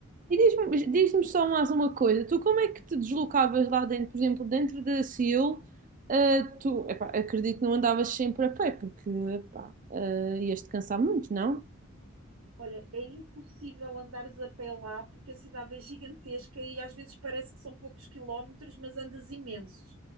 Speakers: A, on the right; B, on the right.
A: E diz-me diz-me só mais uma coisa, tu como é que te deslocavas lá dentro, por exemplo, dentro da Seul, ah, tu, epá, acredito que não andavas sempre a pé, porque epá, ah, ias-te cansar muito, não?
B: Olha, é impossível andares a pé lá porque a cidade é gigantesca e às vezes parece que são poucos quilómetros, mas andas imensos.